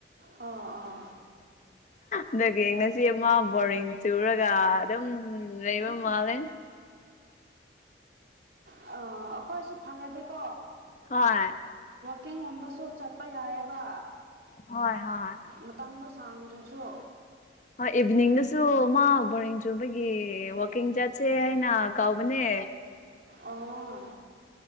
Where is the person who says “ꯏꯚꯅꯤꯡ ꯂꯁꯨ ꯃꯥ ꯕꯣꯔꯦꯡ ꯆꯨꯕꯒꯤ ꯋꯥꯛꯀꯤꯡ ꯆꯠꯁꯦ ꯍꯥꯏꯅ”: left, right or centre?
Left